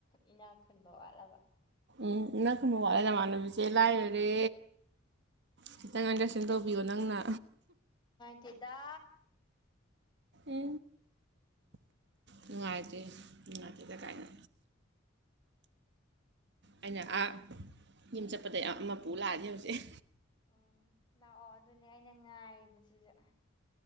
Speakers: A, on the left; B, on the right.
A: ꯏꯅꯥ ꯈꯨꯟꯕ ꯋꯥꯠꯂꯕ꯫
B: ꯏ ꯅ ꯈ ꯃꯀꯦ ꯃꯅꯦ ꯆꯦ ꯂꯥꯑꯔꯦ ꯈꯤꯇꯪ ꯑꯥꯏꯀꯦꯁꯟ ꯇꯧꯕꯤꯌꯣ ꯅꯪꯅ
A: ꯇꯗ
B: ꯏ ꯅꯨꯡꯉꯥꯏ ꯉꯜꯂꯤꯗꯗ ꯀꯥꯏꯅ ꯑꯩꯅꯥ ꯑꯥ ꯌꯨꯝ ꯆꯠꯄꯗ ꯑꯃ ꯄꯨ ꯂꯥꯛꯑꯗꯤ ꯍꯧꯖꯤꯛ꯫
A: ꯎꯝ ꯂꯥꯛꯑꯣ ꯑꯗꯨꯅꯦ ꯑꯩꯅ ꯉꯥꯏꯔꯤꯕꯁꯤꯁꯨ꯫